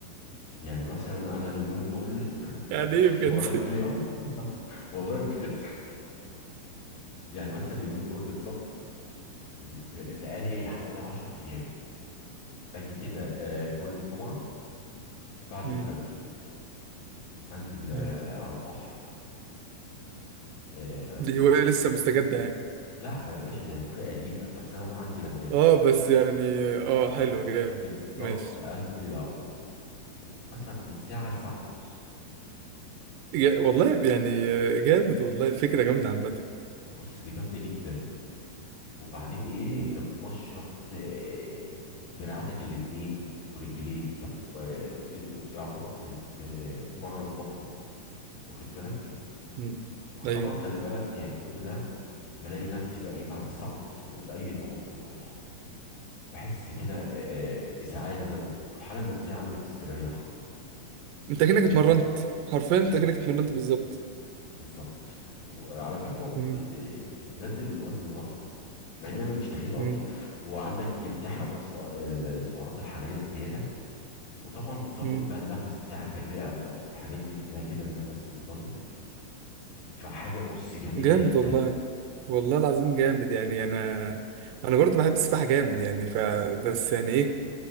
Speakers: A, on the left; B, on the right.
A: يعني مثلا انا اليومين دول
B: يعني
A: <laughs>
B: ايه بجد
A: مقضيها <laughs> والله بجد يعني مثلا اليومين دول بالظبط م- ب- بقالي حوالي 10 ايام اجي كده آه، كل جمعة بعد
B: <laughs>
A: الفجر انزل آه،
B: مم.
A: على البحر آه، البس
B: دي هواية
A: الش-
B: لسه مستجدة يعني
A: لا يا باشا ده هوايه قديمه بس انا بقى انزل امارس
B: اه بس يعني اه حلو
A: أ-
B: جامد
A: بالظبط
B: ماشي
A: انزل اعوم مثلا من ساعه لساعه ونص
B: جا... والله يعني آه، جامد والله فكرة جامدة عامة
A: بص دي جامده جدا وبعدين ايه
B: مم.
A: انت بتنشط آه، دراعاتك الاتنين ورجليك و- وبت- ويعتبر بتتمرن بطن واخد بالك
B: مم.
A: وطبعا
B: ايوه
A: خلي بالك كل ده بلاقي نفسي بقى ايه بعد الساعه ونص دول اي توتر راح بحس كده آه، بسعادة زي ما بيقولوا الحالة النفسية عندي بتستريح
B: انت كأنك
A: واخد
B: اتمرنت
A: بالك
B: حرفيا انت كأنك اتمرنت بالظبط
A: بالظبط وعلى فكرة وبت...
B: مم.
A: بتنزل الوزن برضو مع ان انا مش تخين اصلا
B: مم.
A: وعندك بتحرق بقى سرع- السعرات الحرارية الزيادة وطبعا بتظبط
B: مم.
A: بقى النفس بتاعك الرئة بقى والحاجات دي بتلاقي كده النفس منتظم فحاجة بص جميلة
B: جامد
A: جدا
B: والله والله العظيم جامد يعني انا انا برضو بحب السباحه جامد يعني ف بس يعني ايه